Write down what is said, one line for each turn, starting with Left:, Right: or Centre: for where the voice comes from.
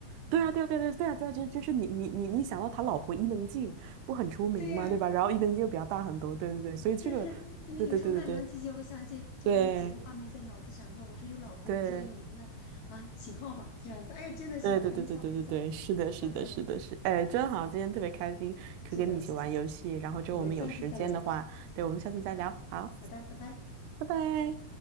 Right: 对呀，对呀，对啊，对啊，对呀，对啊，这这是你你你你想到他老婆伊能静不很出名吗？
Left: <laughs> 对呀、
Right: 对吧？然后伊能静又比较大很多，对对对，所以这个，
Left: 是是，因因为你说漫长季节，
Right: 对对对对
Left: 我想起就是有几个画面在脑子闪过，
Right: 对
Left: 我说有老婆比较有名的啊，
Right: 对
Left: 秦昊嘛，这样子，哎，真的是很巧很巧，
Right: 对对对对对对对对，是的，
Left: 好的，
Right: 是的，是的，是，哎，真好，今天特别开心，可以跟你一起玩游戏，
Left: 是的，
Right: 然后之后我们有时间的话，
Left: 我们下次再聊，
Right: 对，我们下次再聊，好，
Left: 好的，拜拜。
Right: 拜拜。